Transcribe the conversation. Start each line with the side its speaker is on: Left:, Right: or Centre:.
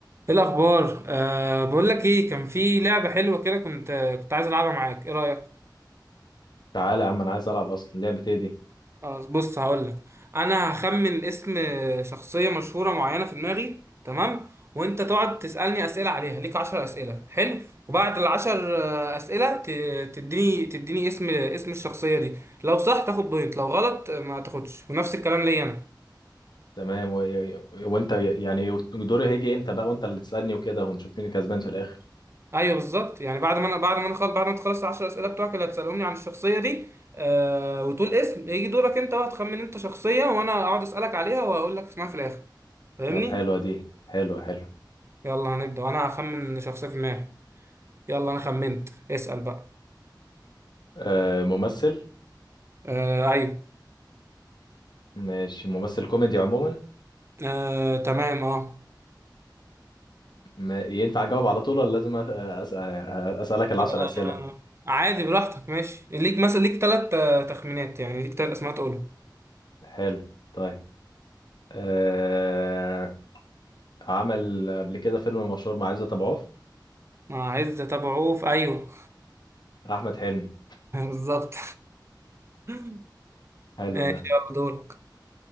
Right: ايه الاخبار أه بقول لك ايه كان في لعبه حلوه كده كنت كنت عايز العبها معاك ايه رايك
Left: تعالى يا عم انا عايز العب اصلا لعبه ايه دي
Right: خلاص بص هقول لك انا هخمن اسم شخصيه مشهوره معينه في دماغي تمام وانت تقعد تسالني اسئله عليها ليك 10 اسئله حلو وبعد العشر آه، اسئله ت- تديني تديني اسم اسم الشخصيه دي لو صح تاخد بوينت لو غلط آه، ما تاخدش ونفس الكلام ليا انا
Left: تمام و... وانت يعني دوري هيجي امتى بقى وانت اللي تسالني وكده ونشوف مين الكسبان في الاخر
Right: ايوه بالظبط يعني بعد ما انا بعد ما انا خل... بعد ما تخلص العشر اسئله بتوعك اللي هتسالهم لي عن الشخصيه دي آه... وتقول اسم يجي دورك انت بقى تخمن انت شخصيه وانا اقعد اسالك عليها وهقول لك اسمها في الاخر فاهمني
Left: طب حلوه دي حلوه حلوه
Right: يلا هنبدا وانا هخمن شخصيه في دماغي يلا انا خمنت اسال بقى
Left: آه ممثل
Right: آه... ايوه
Left: ماشي ممثل كوميدي عموما
Right: آه... تمام اه
Left: ما ينفع اجاوب على طول ولا لازم أس- أسأل... اسالك العشر
Right: آه،
Left: اسئله
Right: عادي براحتك ماشي ليك مثلا ليك ثلاث تخمينات يعني ليك ثلاث اسماء تقولهم
Left: حلو طيب آه... عمل قبل كده فيلم مشهور مع عزت ابو عوف
Right: آه، عايز تتابعوه في ايوه
Left: احمد حلمي
Right: <laughs> بالظبط <laughs>
Left: حلو
Right: ماشي
Left: ده
Right: يلا دورك